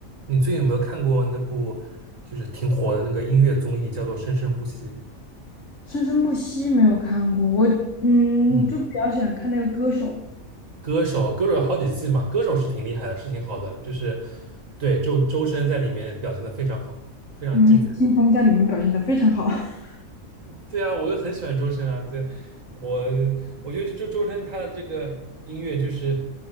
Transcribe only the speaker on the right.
你最近有没有看过那部就是挺火的那个音乐综艺，叫做《生生不息》？
嗯，歌手，歌手有好几季嘛，歌手是挺厉害的，是挺好的，就是对周周深在里面表现的非常好，非常精彩。
对啊，我就很喜欢周深啊，对，我我觉得就周周深他的这个音乐就是